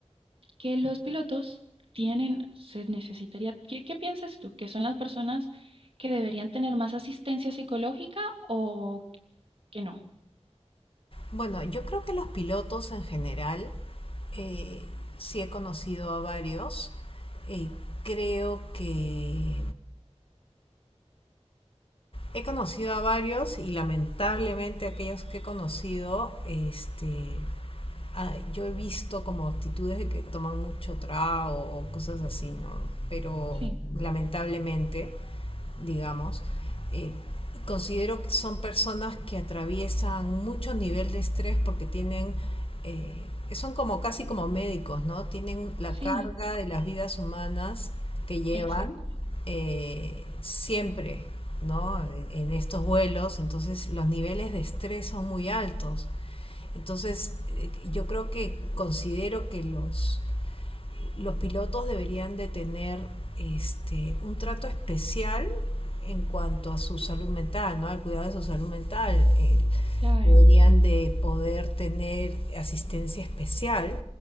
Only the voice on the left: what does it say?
Bueno, yo creo que los pilotos en general, eh, sí he conocido a varios. eh, creo que he conocido a varios y lamentablemente aquellos que he conocido, este, ah, yo he visto como actitudes de que toman mucho trago o cosas así, ¿no? Pero
lamentablemente. digamos, eh, considero que son personas que atraviesan mucho nivel de estrés porque tienen, eh, son como casi como médicos, ¿no? Tienen la
carga de las vidas humanas que llevan
eh, siempre, ¿no? En, en estos vuelos, entonces los niveles de estrés son muy altos. Entonces, eh, yo creo que considero que los los pilotos deberían de tener este, un trato especial en cuanto a su salud mental, ¿no? Al cuidado de su salud mental. Eh,
deberían de poder tener asistencia especial